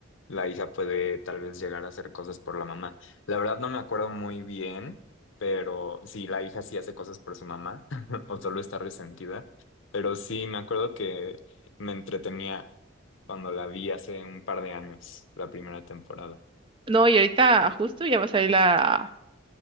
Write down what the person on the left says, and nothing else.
la hija puede tal vez llegar a hacer cosas por la mamá. La verdad no me acuerdo muy bien, pero sí, la hija sí hace cosas por su mamá <laughs> o solo está resentida. Pero sí, me acuerdo que me entretenía cuando la vi hace un par de años, la primera temporada.